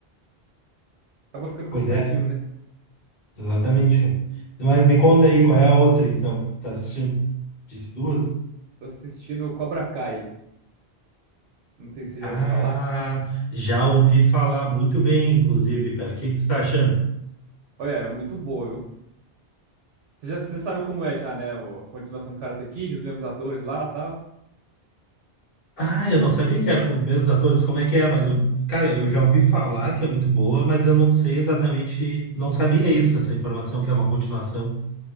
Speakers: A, on the right; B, on the left.
A: Acaba ficando
B: Pois
A: cansativo,
B: é,
A: né?
B: exatamente, cara. Mas me conta aí, qual é a outra, então, que tu tá assistindo? Disse duas?
A: Tô assistindo Cobra Kai. Não sei se você
B: Ah,
A: já ouviu falar.
B: já ouvi falar muito bem, inclusive, cara. O que que tu tá achando?
A: Olha, é muito boa, viu? Você, já, você sabe como é já, né? o- A continuação do Karate Kid, os mesmos atores lá e tal.
B: Ah, eu não sabia que era com os mesmos atores. Como é que é? Mas, eu- cara, eu já ouvi falar que é muito boa, mas eu não sei exatamente. Não sabia isso, essa informação que é uma continuação.